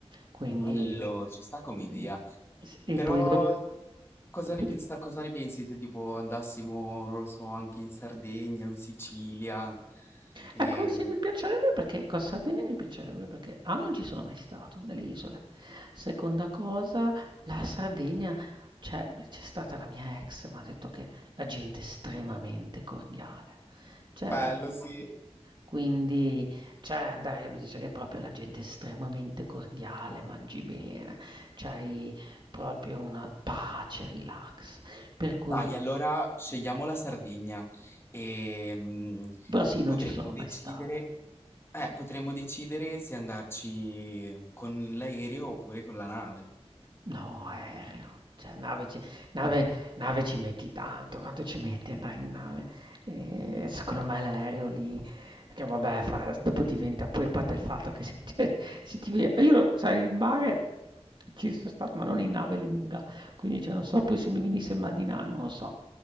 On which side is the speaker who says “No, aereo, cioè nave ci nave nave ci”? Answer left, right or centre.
Right